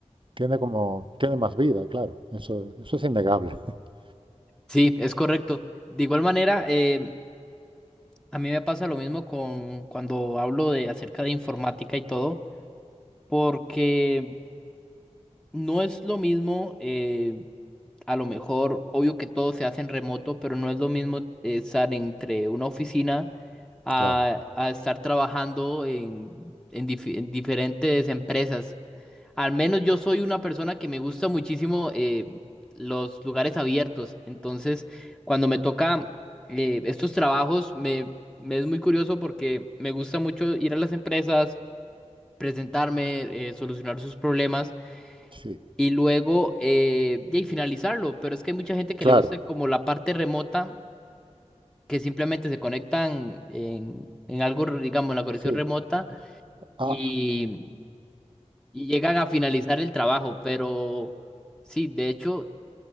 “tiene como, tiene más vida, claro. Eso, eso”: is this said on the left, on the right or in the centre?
Right